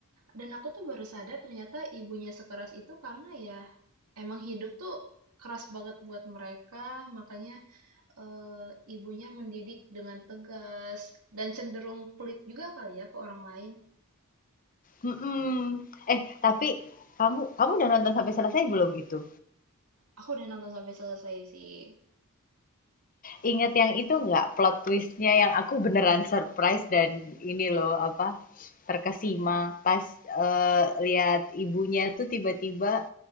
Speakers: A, on the right; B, on the left.
A: Dan aku tuh baru sadar ternyata ibunya sekeras itu karena ya emang hidup tuh keras banget buat mereka. Makanya eee, ibunya mendidik dengan tegas dan cenderung pelit juga kali ya ke orang lain.
B: Mhm. Eh, tapi kamu kamu udah nonton sampai selesai belum itu?
A: Aku udah nonton sampai selesai sih.
B: Ingat yang itu nggak plot twistnya yang aku beneran surprise dan ini loh apa terkesima pas eh, lihat ibunya tuh tiba-tiba